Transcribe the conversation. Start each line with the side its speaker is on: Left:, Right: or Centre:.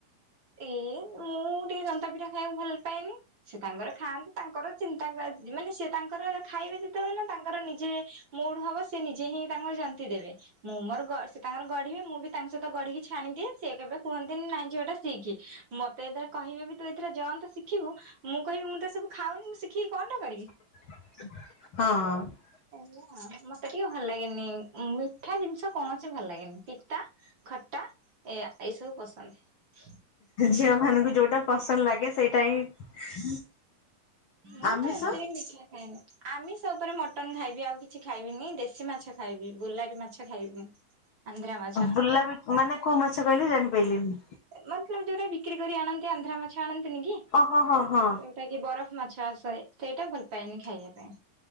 Right: ଏଇ ମୁଁ ଟିକେ ଜନ୍ତାପିଠା ଖାଇବାକୁ ଭଲ ପାଏନି ସେ ତାଙ୍କର ଖାଆନ୍ତି। ତାଙ୍କର ଚିନ୍ତା ଆଜି ମାନେ ସେ ତାଙ୍କର ଖାଇ ବେ ଯେତେବେଳେ ନା ତାଙ୍କର ନିଜେ ମୁଡ ହବ ସେ ନିଜେ ହିଁ ତାଙ୍କର ଜନ୍ତି ଦେବେ। ମୁଁ ମୋର ଗ ସେ ତାଙ୍କର ଗଢିବେ ମୁଁ ବି ତାଙ୍କ ସହିତ ଗଢିକି ଛାଣିଦିଏ ସିଏ କେବେ କୁହନ୍ତି ନାଇଁ ଝିଅ ଟା ସିକି ମତେ ଏଥିରେ କହିବେ ବି ତୁ ଏଥିରେ ଜଆନ୍ତେ ଶିଖିବୁ ମୁଁ କହିବି ମୁଁ ତ ଏ ସବୁ ଖାଉନି ମୁଁ ଶିଖିକି କଣ ଟା କରିବି?
Left: ହଁ।
Right: ଏଇଆ ମତେ ଟିକେ ଭଲ ଲାଗେନି ମିଠା ଜିନିଷ କୌଣସି ଭଲ ଲାଗେନି। ପିତା ଖଟା ଏଆ ଏଇ ସବୁ ପସନ୍ଦ।
Left: ଝିଅ ମାନଙ୍କୁ ଯୋଉଟା ପସନ୍ଦ ଲାଗେ ସେଇଟା ହିଁ
Right: ମୁଁ
Left: ଆମିଷ
Right: ତ ଏମିତିରେ ମିଠା ଖାଏନି। ଆମିଷ ଉପରେ ମଟନ ଖାଇବି ଆଉ କିଛି ଖାଇବିନି। ଦେଶୀ ମାଛ ଖାଇବି ବୁଲାରି ମାଛ ଖାଇବିନି। ଆନ୍ଧ୍ରା ମାଛ
Left: ବୁଲାବ ମାନେ କୋଉ ମାଛ କହିଲେ ଜାଣିପାରିଲିନି?
Right: ମତଲବ ଯୋଉଟା ବିକ୍ରି କରି ଆଣନ୍ତି ଆନ୍ଧ୍ରା ମାଛ ଆଣନ୍ତିନି କି?
Left: ଓହୋ ହଁ ହଁ।
Right: ଟା କି ବରଫ ମାଛ ଆସ ସେଇଟା ଭଲ ପାଏନି ଖାଇବା ପାଇଁ।